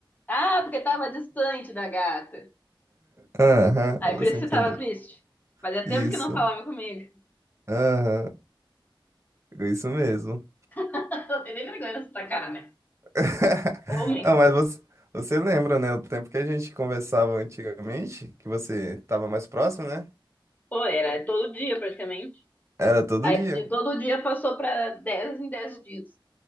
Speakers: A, on the left; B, on the right.
A: Ah, porque tava distante da gata.
B: Aham,
A: Aí por
B: você
A: isso
B: entendeu.
A: você tava triste. Fazia
B: Isso.
A: tempo que não falava comigo.
B: Aham, isso mesmo.
A: <laughs> Não tem nem vergonha nessa cara, né?
B: <laughs>
A: Homens.
B: Ah, mas você, você lembra, né, o tempo que a gente conversava antigamente, que você tava mais próximo, né?
A: Pô, era todo dia praticamente.
B: Era todo
A: Aí
B: dia.
A: de todo dia passou pra 10 em 10 dias.